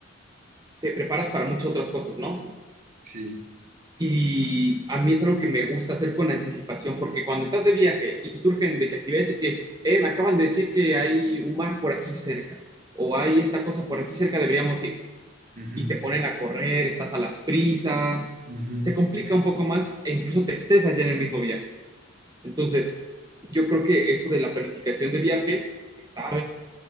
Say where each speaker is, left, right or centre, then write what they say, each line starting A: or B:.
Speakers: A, on the right (about 20°); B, on the right (about 45°).
A: te preparas para muchas otras cosas, ¿no?
B: sí.
A: Y a mí es algo que me gusta hacer con anticipación, porque cuando estás de viaje y surgen de que actividades y que, eh, me acaban de decir que hay un bar por aquí cerca, o hay esta cosa por aquí cerca, deberíamos ir,
B: ujú,
A: y te ponen a correr, estás a las prisas,
B: ujú.
A: se complica un poco más e incluso te estresas ya en el mismo viaje. Entonces, yo creo que esto de la planificación de viaje está